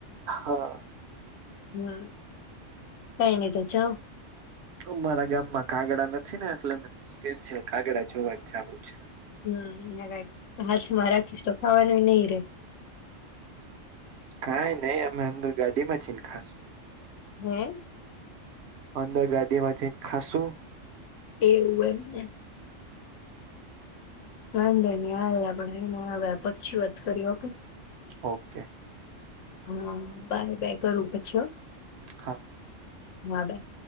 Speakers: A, on the right; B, on the left.
A: હા.
B: હમ્મ. કઈ નહીં તો જાવ.
A: મારા ગામમાં કાગડા નથી ને એટલે મને કે છે કાગડા જોવા જવું છે
B: હમ્મ. <unintelligible> હા છે મારા ખિસ્તો ખાવાનું નહીિ <inaudible>
A: કાંઈ નહી અમે અંદર ગાડીમાં જઈન ખાશું.
B: હમ્મ.
A: અંદર ગાડીમાં જઈને ખાશું.
B: એવું એમ ને. વાંધો નહીં હવે આપડે પછી વાત કરીએ ઓકે
A: ઓકે.
B: હા બાય-બાય કરું પછી હો.
A: હા.
B: ના અડાય.